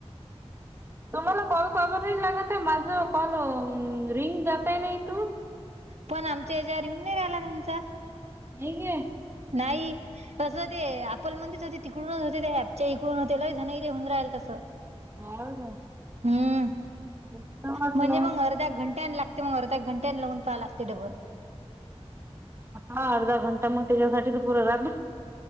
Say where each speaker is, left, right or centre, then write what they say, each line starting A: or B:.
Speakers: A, on the right (about 20°); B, on the right (about 75°).
A: तुम्हाला कॉल का बरं लागत माझ कॉल रिंग जातंय नाही तू
B: पण आमच्या ह्याच्यावर येऊन नाही राहिला. तुमचा
A: नई ग
B: नाही तसं ते आपलं म्हणच होते. तिकडूनच होते. त्या हॅपच्या इकडून होते लही जणईले होऊन राहिल तसं
A: हो का?
B: हम्म
A: तेच तर म्हटलं.
B: म्हणजे मग अर्ध्या घंट्या लागत. ते मग अर्धा एक घंट्या लावून पहाला लागतयं डबं
A: हां अर्धा घंटा मग त्याच्यासाठी त पुरं राब